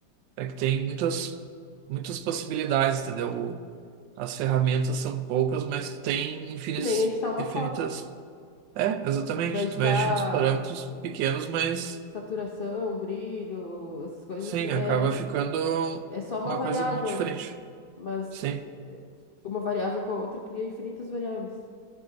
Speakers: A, on the right (about 80°); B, on the left (about 55°).
A: É que tem muitas, muitas possibilidades, entendeu? As ferramentas são poucas, mas tem infinitas,
B: Que nem editar uma
A: infinitas.
B: foto.
A: É, exatamente.
B: Tu vai editar
A: Tu mexe uns parâmetros pequenos, mas
B: saturação, brilho, essas coisas,
A: sim,
B: é,
A: acaba ficando
B: é só uma
A: uma
B: variável.
A: coisa muito diferente.
B: Mas
A: Sim,
B: eh, uma variável com a outra cria infinitas variáveis.